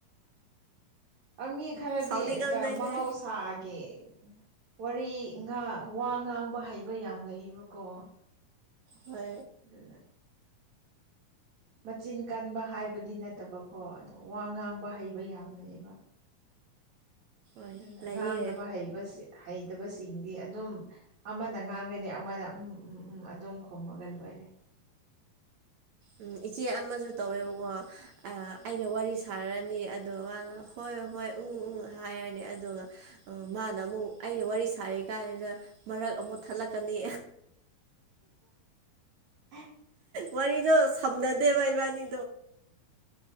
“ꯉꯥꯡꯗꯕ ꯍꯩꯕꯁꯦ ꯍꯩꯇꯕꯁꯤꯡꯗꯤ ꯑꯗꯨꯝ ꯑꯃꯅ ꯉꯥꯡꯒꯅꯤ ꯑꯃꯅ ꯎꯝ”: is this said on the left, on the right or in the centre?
Right